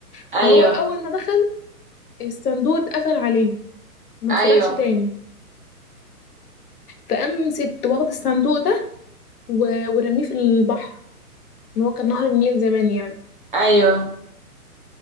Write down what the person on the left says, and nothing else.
فهو أول ما دخل الصندوق اتقفل عليه وما
اتفتحش تاني فقام ست واخد الصندوق ده و- ورميه في البحر إن هو كان نهر النيل زمان يعني